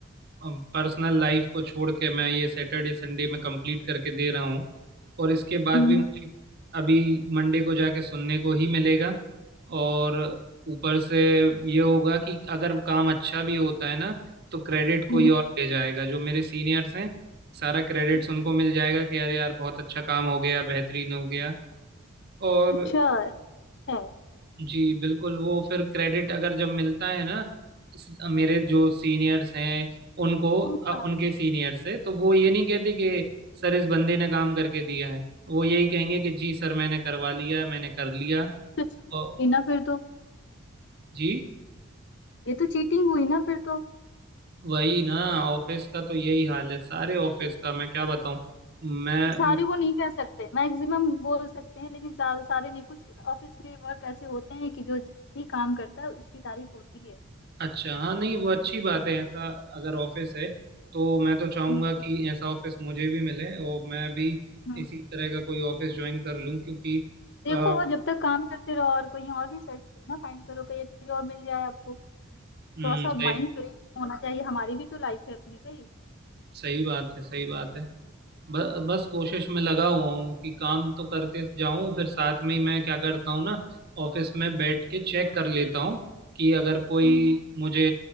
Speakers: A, on the right; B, on the left.
A: पर्सनल लाइफ को छोड़ के मैं ये सैटरडे संडे में कंप्लीट करके दे रहा हूँ और इसके बाद
B: हम्म,
A: भी मुझे अभी मंडे को जाके सुनने को ही मिलेगा और ऊपर से ये होगा कि अगर काम अच्छा भी होता है ना तो क्रेडिट कोई
B: हम्म,
A: और ले जाएगा जो मेरे सीनियर्स हैं सारा क्रेडिट्स
B: हम्म।
A: उनको मिल जाएगा कि यार यार बहुत अच्छा काम हो गया बेहतरीन हो गया और
B: अच्छा है हाँ
A: जी बिल्कुल वो फिर क्रेडिट अगर जब मिलता है ना स- मेरे जो सीनियर्स हैं उनको
B: हाँ,
A: अ, उनके सीनियर से तो वो ये नहीं कहते कि सर इस बंदे ने काम करके दिया है वो यही कहेंगे कि जी सर मैंने करवा लिया मैंने कर लिया
B: ये तो चीटिंग
A: और
B: हुई ना फिर तो
A: जी
B: ये तो चीटिंग हुई ना फिर तो
A: वही ना ऑफिस का तो यही हाल है सारे ऑफिस का मैं क्या बताऊं मैं
B: सारे को नहीं कह सकते मैक्सिमम बोल सकते हैं लेकिन सारे सारे नहीं कुछ ऑफिस में वर्क ऐसे होते हैं कि जो भी काम करता है उसकी तारीफ होती है
A: अच्छा हाँ नहीं वो अच्छी बात है ऐसा अगर ऑफिस है तो मैं तो चाहूंगा
B: हम्म,
A: कि ऐसा ऑफिस मुझे भी मिले और मैं भी
B: हम्म।
A: इसी तरह का कोई ऑफिस ज्वाइन कर लूं क्योंकि
B: देखो
A: अ,
B: और जब तक काम करते रहो और कहीं और भी सर्च करो ना फाइंड करो कहीं अच्छी जॉब मिल जाए आपको
A: हम्म
B: थोड़ा सा
A: सही
B: माइंड फ्री होना चाहिए हमारी भी तो लाइफ है अपनी भाई
A: सही बात है सही बात है ब, बस कोशिश में लगा हुआ हूँ कि काम तो करते जाऊं फिर साथ में ही मैं क्या करता हूँ ना ऑफिस में बैठ के चेक कर लेता हूँ कि अगर कोई
B: हम्म
A: मुझे